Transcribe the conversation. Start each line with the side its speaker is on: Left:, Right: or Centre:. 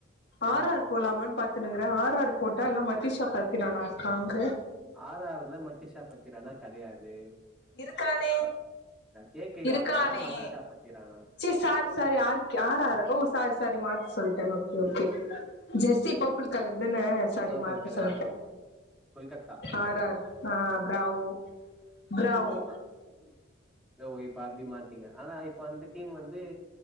Left: ஆர்
Centre: ம்
Left: ஆர் போலாமனு பாத்துனுங்கற ஆர் ஆர் போ உட்டா எல்லா மத்திஷா பத்திரானா இருக்காங்க
Centre: ஆர் ஆர்ல மத்தி சா பத்திராணா கடயாது
Left: இருக்கானே
Centre: கே கே
Left: இருக்கானே
Centre: ஆர்லதா மதிஷா பத்திரானா
Left: செரி சாரி சாரி ஆரு ஆர் ஆறு ஓ சாரி ச சாரி மாத்தி சொல்ட ஓகே ஓகே
Centre: ம்
Left: ஜெஸ்ஸி போப்பள் கலரு தான சாரி
Centre: பர்பிள்
Left: மாத்தி
Centre: கலர்
Left: சொல்ட
Centre: ஆ கொல்கத்தா
Left: ஆர் ஆர் ஆஹ் ப்ராவோ ப்ராவோ
Centre: ம் பா ஓ இப்ப அப்டி மாத்தீங்க ஆனா இப்ப அந்த டீம் வந்து